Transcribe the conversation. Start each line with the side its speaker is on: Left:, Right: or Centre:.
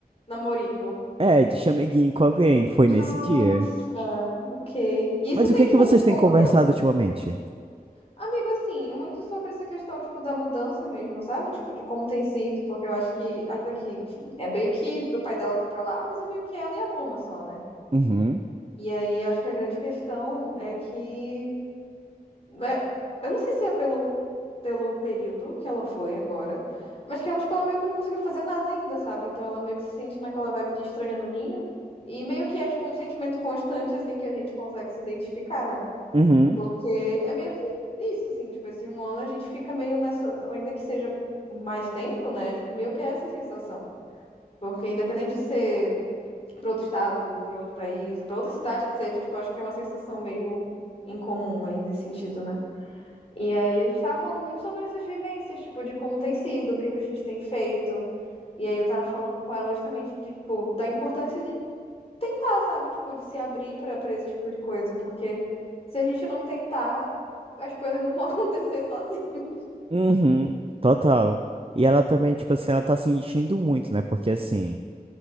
Left: namorico.
Right: É, de chameguinho com alguém, foi
Left: Nossa,
Right: nesse dia.
Left: ok. Isso
Right: Mas
Left: tem,
Right: o que é
Left: tipo,
Right: que vocês têm
Left: pouco
Right: conversado
Left: tempo.
Right: ultimamente?
Left: Amigo, assim, é muito sobre essa questão, tipo, da mudança mesmo, sabe? Tipo, de como tem sido, porque eu acho que, ainda que, enfim, é meio que o pai dela tá pra lá, mas é meio que ela e a Mona só, né?
Right: Uhum,
Left: E aí acho que a grande questão é que. é, eu não sei se é pelo, pelo período que ela foi agora, mas que ela, tipo, ela meio que não conseguiu fazer nada ainda, sabe? Então ela meio que se sente naquela vibe de estranha no ninho. E meio que é, tipo, um sentimento constante, assim, que a gente consegue se identificar, né?
Right: uhum.
Left: Porque é meio que isso, assim, tipo, esse um ano a gente fica meio nessa, ainda que seja mais tempo, né? Tipo, meio que é essa sensação. Porque independente de ser para outro estado, para outro país, para outra cidade que seja, tipo, acho que é uma sensação meio incomum aí nesse sentido, né? E aí a gente tava falando muito sobre essas vivências, tipo, de como tem sido, o que que a gente tem feito. E aí eu tava falando com ela justamente de, tipo, da importância de tentar, sabe? Tipo, de se abrir para para esse tipo de coisa, porque se a gente não tentar, as coisas não vão <laughs> acontecer sozinhas.
Right: Uhum, total. E ela também, tipo assim, ela tá sentindo muito, né? Porque assim,